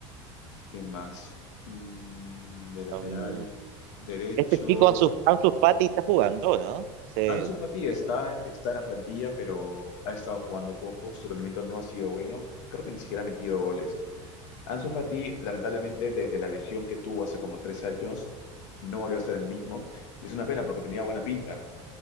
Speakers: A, on the left (about 75°); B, on the right (about 65°).
A: ¿Quién más? Mm, De lateral
B: Um,
A: derecho,
B: este chico Ansu, Ansu Fati está jugando, ¿no? Se-
A: Ansu Fati está,
B: es-
A: está en la plantilla, pero ha estado jugando poco, su rendimiento no ha sido bueno, creo que ni siquiera ha metido goles. Ansu Fati, lamentablemente, desde la lesión que tuvo hace como tres años, no volvió a ser el mismo, y es una pena porque tenía buena pinta,